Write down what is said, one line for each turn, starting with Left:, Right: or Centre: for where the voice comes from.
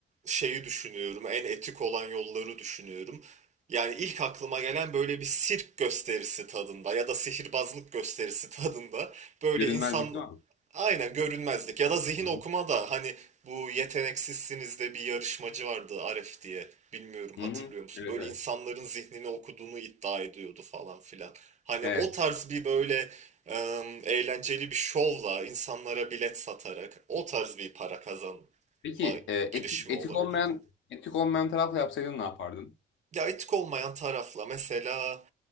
Right: şeyi düşünüyorum, en etik olan yolları düşünüyorum. Yani ilk aklıma gelen böyle bir sirk gösterisi tadında ya da sihirbazlık gösterisi tadında böyle
Left: Görünmezlik
Right: insan
Left: değil mi?
Right: aynen görünmezlik ya da zihin
Left: Hı hı.
Right: okuma da hani bu yeteneksizsiniz de bir yarışmacı vardı Aref diye bilmiyorum hatırlıyor
Left: Hı hı.
Right: musun?
Left: Evet
Right: Böyle
Left: evet.
Right: insanların zihnini okuduğunu iddia ediyordu falan filan. Hani
Left: Evet.
Right: o tarz bir böyle em, eğlenceli bir şovla insanlara bilet satarak o tarz bir para kazanma
Left: Peki e, etik,
Right: girişimi
Left: etik
Right: olabilirdi.
Left: olmayan etik olmayan tarafla yapsaydın ne yapardın?
Right: Ya etik olmayan tarafla mesela